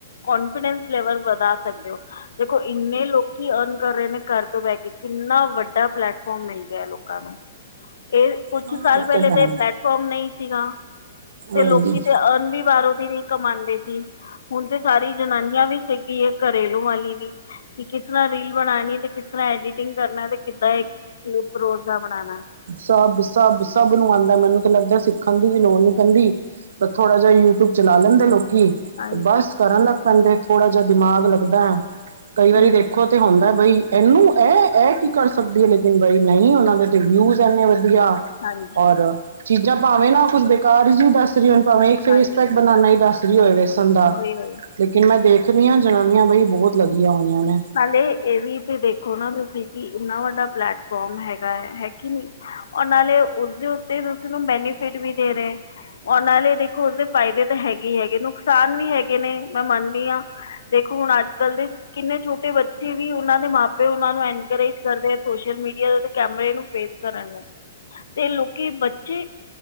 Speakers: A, on the left; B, on the right.
A: ਕਨਫੀਡੈਂਸ ਲੈਵਲ ਵਧਾ ਸਕਦੇ ਹੋ। ਦੇਖੋ ਇੰਨੇ ਲੋਕੀ ਅਰਨ ਕਰ ਰਹੇ ਨੇ ਘਰ ਤੋਂ ਬਹਿ ਕੇ ਕਿੰਨਾ ਵੱਡਾ ਪਲੈਟਫੋਮ ਮਿਲ ਗਿਆ ਲੋਕਾਂ ਨੂੰ। ਇਹ- ਕੁਛ
B: ਹਾਂ
A: ਸਾਲ
B: ਉਹ
A: ਪਹਿਲੇ
B: ਤੇ ਹੈ
A: ਤਾਂ ਇਹ ਪਲੈਟਫਾਰਮ ਨਹੀਂ ਸੀਗਾ, ਤੇ
B: ਉਹੀ
A: ਲੋਕੀ ਤੇ ਅਰਨ ਵੀ ਬਾਹਰੋਂ ਦੀ ਕਮਾਂਦੇ ਸੀ। ਹੁਣ ਤੇ ਸਾਰੀ ਜਨਾਨੀਆਂ ਵੀ ਸਿੱਖਗੀ ਏ। ਘਰੇਲੂ ਵਾਲੀ ਵੀ, ਕਿ ਕਿਸ ਤਰ੍ਹਾਂ ਰੀਲ ਬਣਾਣੀ ਹੈ ਤੇ ਕਿਸ ਤਰ੍ਹਾਂ ਐਡਿਟ ਐਕਟਿੰਗ ਕਰਨਾ ਤੇ ਕਿੱਦਾਂ ਇੱਕ ਲੂਪ ਰੋਜ਼ ਦਾ ਬਣਾਂਣਾ।
B: ਸਭ-ਸਭ, ਸਭ ਨੂੰ ਆਂਦਾ, ਮੈਨੂੰ ਤੇ ਲੱਗਦਾ ਸਿੱਖਣ ਦੀ ਵੀ ਲੋੜ ਨੀ ਪੈਂਦੀ ਪਰ ਥੋੜਾ ਜਿਹਾ ਯੂ-ਟੂਬ ਚਲਾ ਲੈਂਦੇ ਲੋਕੀ
A: ਹਾਂਜੀ
B: ਤੇ ਬਸ ਕਰਨ ਲੱਗ ਪੈਂਦੇ ਥੋੜਾ ਜਿਹਾ ਦਿਮਾਗ ਲੱਗਦਾ। ਕਈ ਵਾਰੀ
A: ਹੂੰ
B: ਦੇਖੋ ਤੇ ਹੁੰਦਾ ਬਈ, ਇਹਨੂੰ ਇਹ-ਇਹ ਕੀ ਕਰ ਸਕਦੀਆ ਨੇ, ਲੇਕਿਨ ਬਾਈ ਨਹੀਂ, ਉਹਨਾਂ ਦੇ ਤੇ ਵਿਊਜ਼ ਐਨੇ ਵਧੀਆ।
A: ਹਾਂਜੀ
B: ਔਰ ਚੀਜ਼ਾਂ ਭਾਵੇਂ ਨਾ ਕੁੱਝ ਬੇਕਾਰ ਜੀ ਦੱਸ ਤੇ ਜਿਵੇਂ ਹੁਣ ਭਾਵੇਂ ਇੱਕ ਫੇਸ
A: ਹਾਂਜੀ
B: ਪੈਕ ਬਨਾਨਾ ਈ ਦੱਸ ਰਹੀ ਹੋਏ, ਵੇਸਣ ਦਾ
A: ਉਹੀ ਉਹੀ
B: ਲੇਕਿਨ ਮੈਂ ਦੇਖਨੀ ਆ, ਜ਼ਨਾਨੀਆਂ ਬਈ ਬਹੁਤ ਲੱਗੀਆਂ ਹੋਈਆਂ ਨੇ।
A: ਨਾਲੇ ਇਹ ਵੀ ਤੇ ਦੇਖੋ ਨਾ ਤੁਸੀਂ ਕਿ ਇੰਨਾ ਵੱਡਾ ਪਲੇੈਟਫੋਮ ਹੈਗਾ, ਹੈ ਕਿ ਨੀ। ਔਰ ਨਾਲੇ ਉਹਦੇ ਉੱਤੇ ਤੁਸੀਂ ਨੂੰ ਬੈਨੀਫਿਟ ਵੀ ਦੇ ਰਹੇ। ਔਰ ਨਾਲੇ ਦੇਖੋ ਉਸਦੇ ਫ਼ਾਇਦੇ ਤਾਂ ਹੈਗੇ ਹੀ ਹੈਗੇ। ਨੁਕਸਾਨ ਵੀ ਹੈਗੇ ਨੇ, ਮੈਂ ਮੰਨਦੀ ਆ ਦੇਖੋ ਹੁਣ ਅੱਜ-ਕੱਲ੍ਹ ਦੇ ਕਿੰਨੇ ਛੋਟੇ ਛੋਟੇ ਬੱਚੇ ਵੀ ਉਨ੍ਹਾਂ ਦੇ ਮਾਪੇ ਉਨ੍ਹਾਂ ਨੂੰ ਐਂਕਰੇਜ ਕਰਦੇ। ਸੋਸ਼ਲ ਮੀਡੀਆ ਦੇ ਉੱਤੇ ਕੈਮਰੇ ਨੂੰ ਫੇਸ ਕਰਨ ਨੂੰ। ਤੇ ਲੋਕੀ ਬੱਚੇ,